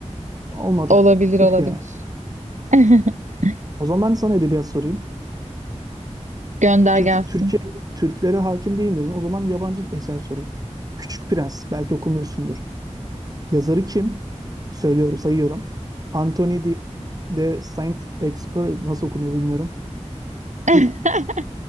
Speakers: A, on the right (about 30°); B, on the right (about 90°).
A: Olmadı.
B: Olabilir
A: Tüh
B: olabilir.
A: ya.
B: <laughs>
A: O zaman ben sana edebiyat sorayım.
B: Gönder
A: Türk,
B: gelsin.
A: Türkiye, Türklere hakim değilim dedin. O zaman yabancı eser sorayım. Küçük Prens. Belki okumuşsundur. Yazarı kim? Söylüyorum, sayıyorum. Anthony de, de Saint-Exupéry nasıl okunuyor bilmiyorum.
B: <laughs>
A: Bu